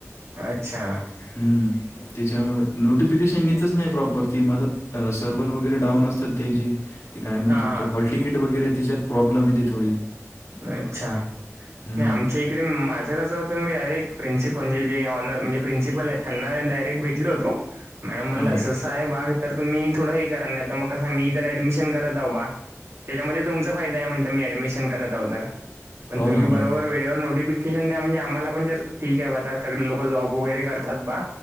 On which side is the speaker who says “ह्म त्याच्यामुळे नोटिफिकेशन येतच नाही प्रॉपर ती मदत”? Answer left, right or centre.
Left